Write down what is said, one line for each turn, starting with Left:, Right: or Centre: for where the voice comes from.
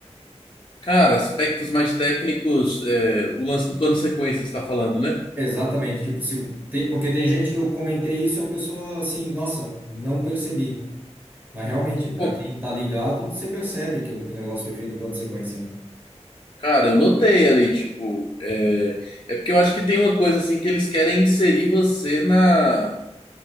Left: Cara, aspectos mais técnicos, é, o lance do plano sequência, você tá falando, né?
Right: Exatamente, tipo, se tem, porque tem gente que eu comentei isso e a pessoa assim, nossa, não percebi. Mas realmente, para
Left: Pô,
Right: quem tá ligado, você percebe que, o- que o negócio foi feito em plano de sequência, né?
Left: cara, eu notei ali, tipo. É, é porque eu acho que tem uma coisa assim que eles querem inserir você na